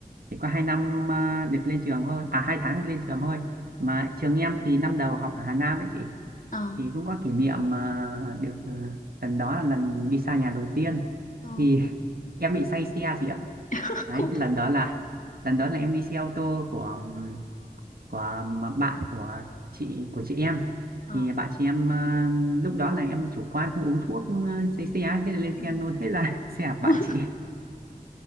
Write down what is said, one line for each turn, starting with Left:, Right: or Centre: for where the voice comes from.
Right: chỉ có hai năm ờ, được lên trường thôi à hai tháng được lên trường thôi mà trường em thì năm đầu học ở Hà Nam ấy chị
Left: Ờ.
Right: thì cũng có kỷ niệm mà được ờ, lần đó là lần đi xa nhà đầu tiên
Left: Ờ.
Right: thì <laughs> em bị say xe chị ạ
Left: <laughs>
Right: đấy
Left: Khổ
Right: cái
Left: thật.
Right: lần đó là lần đó là em đi xe ô tô của của à, bạn của chị của chị em
Left: Ờ.
Right: thì bạn chị em ờ, lúc đó là em chủ quan không uống thuốc sấy xe á, thế là lên
Left: Ừ.
Right: xe nôn hết ra <laughs> xe của bạn
Left: <laughs>
Right: chị